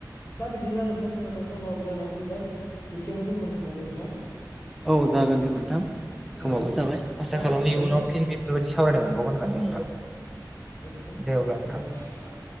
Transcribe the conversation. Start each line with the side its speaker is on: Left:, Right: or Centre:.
Left: दा बिदिब्ला नोंथां जोंहाथ' समाव जाना फैबाय एसेयावनो दोनथ'नोसै नामा नोंथां?
Centre: औ जागोन दे नोंथां। खोमावबो
Left: औ
Centre: जाबाय आसा
Left: दा
Centre: खालामो
Left: नोंथां
Centre: इयुनाव फिन बेफोरबायदि सावरायनो मोनबावगोन होननानै नोंथां।
Left: गोजोनथों।
Centre: दे अब्ला नोंथां